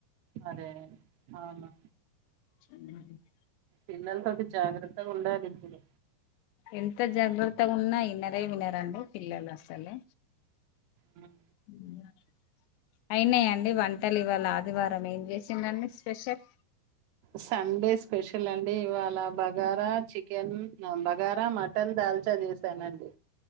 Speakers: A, on the right (about 75°); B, on the left (about 80°).
A: ఆరే అవునా
B: ఉమ్మ్
A: పిల్లలతోటి జాగ్రత్తగా ఉండాలిప్పుడు
B: ఎంత జాగ్రత్తగున్నా ఇననే వినరండి పిల్లలు అసలు
A: ఉమ్
B: ఇంగా అయినాయండి వంటలు ఇవాళా ఆదివారం ఏం చేసిరు అండి స్పెషల్
A: సండే స్పెషల్ అండి ఇవాళా బగారా చికెన్ బగారా మటన్ దాల్ ట చేసానండి